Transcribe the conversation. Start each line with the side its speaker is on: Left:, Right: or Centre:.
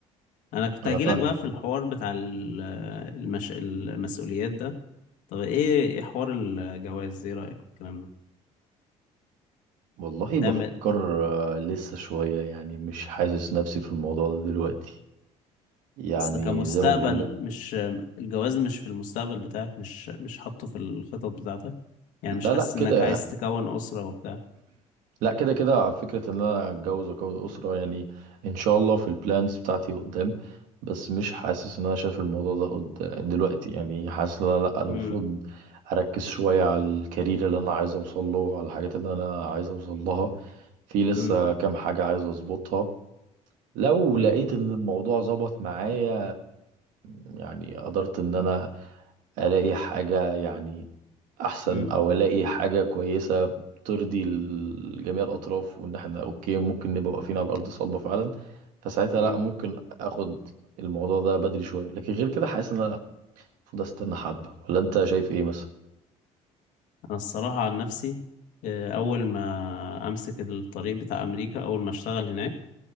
Left: انا كنت
Right: انا
Left: هجيلك
Right: فاهمك
Left: بقى في الحوار بتاع ال- المش... المسؤوليات ده طب ايه ايه حوار الجواز ايه رأيك في الكلام ده
Right: والله
Left: هتعمل
Right: بفكر آه، لسه شويه يعني مش حاسس نفسي في الموضوع ده دلوقتي يعني
Left: اصل كمستقبل
Right: زي ما بقول لك
Left: مش الجواز مش في المستقبل بتاعك مش مش حاطه في الخطط بتاعتك يعني
Right: لا
Left: مش حاسس
Right: لا
Left: انك
Right: كده
Left: عايز تكون أسرة وبتاع
Right: لا كده كده فكرة ان انا اتجوز واكون اسرة يعني ان شاء الله في البلانز بتاعتي قدام بس مش حاسس ان انا شايف الموضوع ده قد... دلوقتي يعني حاسس ان انا لا المفروض
Left: امم
Right: اركز شوية على الكارير اللي انا عايز اوصل له وعلى الحاجات اللي انا عايز اوصل لها في لسه
Left: امم
Right: كام حاجة عايز اظبطها لو
Left: امم
Right: لقيت ان الموضوع ظبط معايا يعني قدرت ان انا الاقي حاجة يعني احسن
Left: امم
Right: او الاقي حاجة كويسة ترضي ال- جميع الاطراف وان احنا اوكي ممكن نبقى واقفين على الارض صلبة فعلا فساعتها
Left: امم
Right: لا ممكن اخد الموضوع ده بدري شوية لكن غير كده حاسس ان انا المفروض استنى حبة ولا انت شايف ايه مثلا
Left: انا الصراحة عن نفسي آه، اول ما امسك الطريق بتاع امريكا اول ما اشتغل هناك